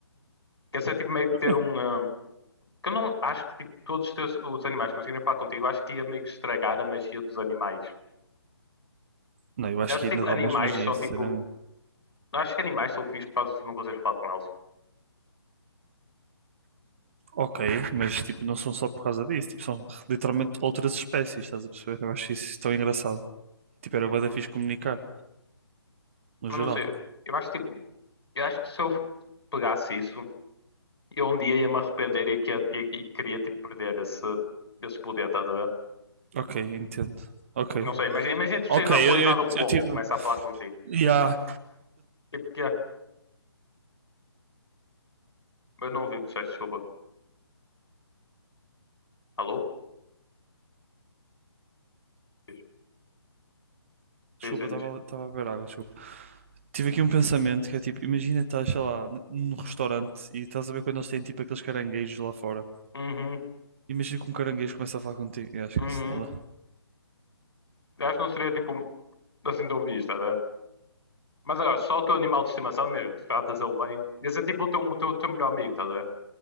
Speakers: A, on the left; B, on the right.
A: Quer dizer tipo meio que
B: Ok.
A: ter um. ah, que eu não acho que tipo, todos os, teus, os animais conseguirem falar contigo, eu acho que ia meio que estragar a magia dos animais.
B: Não, eu acho
A: Eu acho
B: que
A: que
B: ainda
A: tipo,
B: dá
A: animais
B: mais magia,
A: são
B: sinceramente.
A: tipo. Eu acho que animais são fixos por causa de tu não consegues falar com eles.
B: Ok, mas tipo, não são só por causa disso, tipo, são literalmente outras espécies, estás a perceber? Eu acho isso tão engraçado. Tipo, era
A: Uhum.
B: bué da fixe comunicar, no
A: Mas
B: geral.
A: não sei. Eu acho tipo. Eu acho que se eu pegasse isso, eu um dia ia me arrepender e, que, e, e queria tipo perder esse, esse poder, estás a ver?
B: Ok, entendo. Ok.
A: Não sei, imagina, imagina tu
B: Ok,
A: saís na
B: eu,
A: rua e
B: eu,
A: nada o pombo
B: eu tive.
A: começa a falar contigo.
B: Yeah.
A: Tipo o que é? Eu não ouvi o que tu disseste, desculpa. Alô? Diz,
B: Desculpa,
A: diz, diz.
B: estava estava a beber água, desculpa. Tive aqui um pensamento que é tipo, imagina estás, sei lá, n- num restaurante e estás a ver quando eles têm tipo aqueles caranguejos lá fora.
A: Uhum,
B: Imagina que um caranguejo começa a falar contigo. Yeah, esquece,
A: uhum.
B: não dá.
A: Eu Acho que não seria tipo assim tão visto, tá a ver? Mas agora, só o teu animal de estimação mesmo, tu tratas ele bem. Ia ser tipo o teu, o teu, o teu melhor amigo, tá a ver?